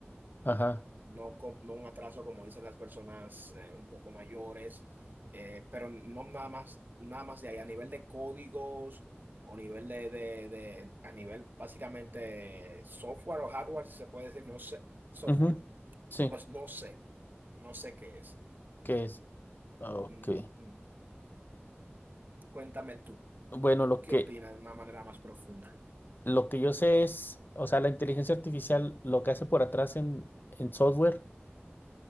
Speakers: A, on the left; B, on the right.
A: ajá.
B: no, com- no un atraso como dicen las personas eh, un poco mayores, eh, pero no nada más, nada más de ahí, a nivel de códigos o nivel de, de, de- a nivel básicamente software o hardware, si se puede decir, no sé, software,
A: ujú, Sí,
B: pues no sé, no sé qué es.
A: ¿qué es? Ok.
B: Mm, mm. Cuéntame tú,
A: Bueno,
B: ¿tú
A: lo
B: qué
A: que
B: opinas de una manera más profunda?
A: Lo que yo sé es, o sea, la inteligencia artificial lo que hace por atrás en, en software